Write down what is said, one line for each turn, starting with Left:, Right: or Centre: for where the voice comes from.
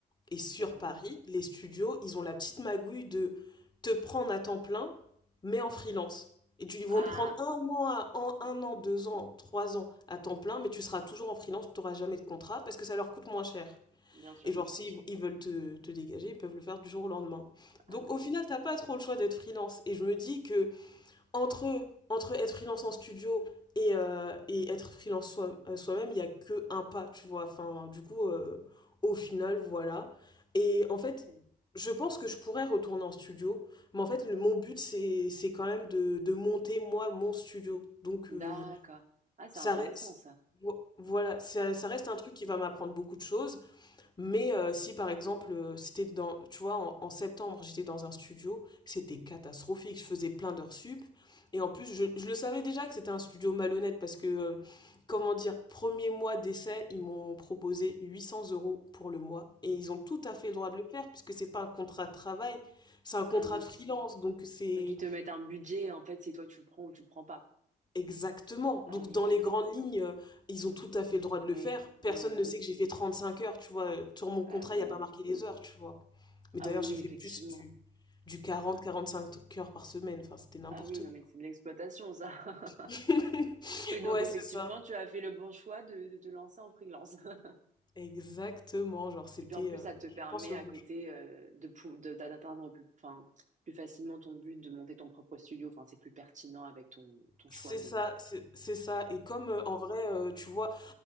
Left: Et sur
Right: D'accord.
Left: Paris, les studios, ils ont la petite magouille de te prendre à temps plein, mais en freelance. Et tu, ils
Right: Ah,
Left: vont te prendre un an, à- un, un an,
Right: <laughs>
Left: deux ans, trois ans à temps plein, mais tu seras toujours en freelance, tu n'auras jamais de contrat parce que ça leur coûte moins cher.
Right: bien sûr,
Left: Et genre, s'ils
Right: bien sûr.
Left: ils veulent te, te dégager, ils peuvent le faire du jour au lendemain.
Right: Ah
Left: Donc
Right: oui,
Left: au final,
Right: ok.
Left: t'as pas trop le choix d'être freelance. Et je me dis que entre, entre être freelance en studio et, euh, et être freelance soi- euh, soi-même, il n'y a que un pas, tu vois. Enfin, du coup, euh, au final, voilà. Et
Right: Ok.
Left: en fait, je pense que je pourrais retourner en studio, mais en fait, le- mon but, c'est, c'est quand même de, de monter, moi, mon studio. Donc,
Right: D'accord.
Left: euh,
Right: Ah, c'est
Left: ça
Right: intéressant
Left: reste,
Right: ça.
Left: vo- voilà, ça, ça reste un truc qui va m'apprendre beaucoup de choses. Mais euh, si par exemple, euh, c'était dans, tu vois, en, en septembre, j'étais dans un studio, c'était catastrophique. Je faisais plein d'heures sup. Et en plus, je, je le savais déjà que c'était un studio malhonnête parce que, euh, comment dire, premier mois d'essai, ils m'ont proposé 800 euros pour le mois. Et ils ont tout à fait le droit de le faire puisque c'est pas un contrat de travail, c'est un contrat
Right: Ah oui.
Left: de freelance. Donc c'est.
Right: Donc ils te mettent un budget, en fait, c'est toi tu le prends ou tu le prends pas.
Left: Exactement.
Right: Ah
Left: Donc,
Right: oui,
Left: dans
Right: d'accord.
Left: les grandes lignes, euh, ils ont tout à fait le droit de
Right: Oui,
Left: le faire.
Right: oui,
Left: Personne
Right: oui. oui.
Left: ne sait que j'ai fait 35 heures, tu vois. Euh, Sur mon contrat,
Right: Ah oui.
Left: il n'y a pas marqué les heures, tu vois. Mais
Right: Ah
Left: d'ailleurs,
Right: oui, oui,
Left: j'ai fait
Right: effectivement.
Left: plus du, du quarante quarante cinq heures par semaine. Enfin, c'était n'importe
Right: Ah oui, non
Left: quoi.
Right: mais c'est de l'exploitation ça. <laughs>
Left: <laughs>
Right: Oui, donc
Left: Ouais,
Right: effectivement,
Left: c'est ça.
Right: tu as fait le bon choix de, de te lancer en freelance. <laughs>
Left: Exactement. Genre, c'était,
Right: Et puis en plus,
Left: euh,
Right: ça te permet
Left: je pense, le
Right: à
Left: bon
Right: côté
Left: choix.
Right: euh, de, pou- de- d'a- d'atteindre plus, enfin, plus facilement ton but de monter ton propre studio. Enfin, c'est plus pertinent avec ton, ton
Left: C'est
Right: choix de.
Left: ça, c'est c'est ça. Et comme, euh, en vrai, euh, tu vois,